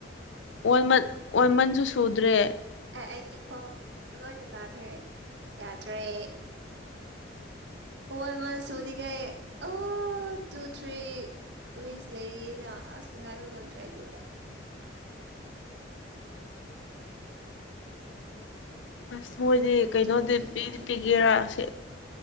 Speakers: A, on the left; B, on the right.
A: ꯑꯣꯜꯃꯜ ꯑꯣꯏꯃꯟꯁꯨ ꯁꯨꯗ꯭ꯔꯦ
B: ꯑꯦ ꯑꯩꯒꯤ ꯈꯣꯡ ꯂꯣꯏꯅ ꯅꯥꯈ꯭ꯔꯦ ꯌꯥ ꯇ꯭ꯔꯦ ꯋꯥꯟ ꯃꯟ ꯁꯗꯤꯉꯦ ꯑꯣ ꯇꯨ ꯊ꯭ꯔꯤ ꯋꯤꯛꯁ ꯂꯩꯔꯤꯅ ꯑꯁ ꯉꯥꯏꯕ ꯉꯝꯗ꯭ꯔꯦ ꯍꯥꯏꯗꯤ
A: ꯑꯁ ꯃꯣꯏꯗꯤ
B: ꯉꯝꯗ꯭ꯔꯦ
A: ꯀꯩꯅꯣꯗꯤ
B: ꯉꯝꯗ꯭ꯔꯦ
A: ꯄꯤꯗꯤ ꯄꯤꯒꯦꯔꯥꯁꯦ